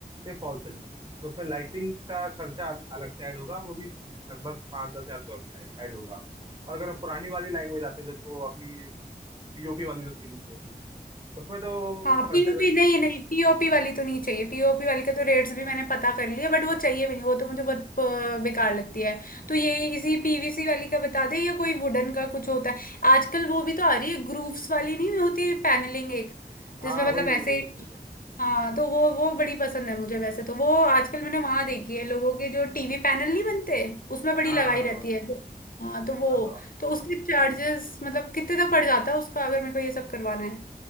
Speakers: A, on the right; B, on the left.
A: सिर्फ फॉल सीलिंग तो उसमें लाइटिंग का खर्चा अल- अलग से ऐड होगा वो भी लगभग पाँच दस हजार तो ऐड होगा और अगर हम पुरानी वाली लाइन में जाते हैं जो तो अपनी पीओपी वाली जो सीलिंग होती है उसमें तो
B: हाँ
A: खर्चा
B: पीओपी नहीं नहीं पीओपी वाली तो नहीं चाहिए पीओपी वाली के तो रेट्स भी मैंने पता कर लिए बट वो चाहिए भी नहीं वो तो मुझे बहुत प- बेकार लगती है तो ये इसी पीवीसी वाली का बता दे या कोई वुडन का कुछ होता है आजकल वो भी तो आ रही है ग्रूव्स वाली नहीं होती पैनलिंग एक
A: हाँ
B: जिसमें मतलब
A: वही वही
B: ऐसे
A: वही वही वही।
B: हाँ तो वो वो बड़ी पसंद है मुझे वैसे तो वो आजकल मैंने वहां देखी है लोगों के जो टीवी पैनल नहीं बनते उसमें बड़ी
A: हाँ
B: लगाई
A: हाँ हाँ
B: रहती
A: हाँ।
B: है हाँ तो वो
A: हाँ, तो
B: तो उसके चार्जेस मतलब कितने तक पड़ जाता है उसका अगर मेरे को ये सब करवाना है